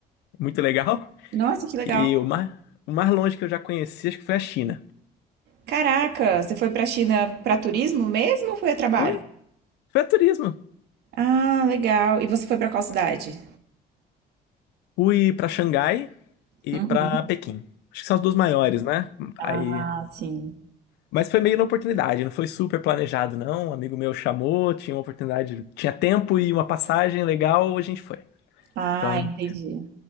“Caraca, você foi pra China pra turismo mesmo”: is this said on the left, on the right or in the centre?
Right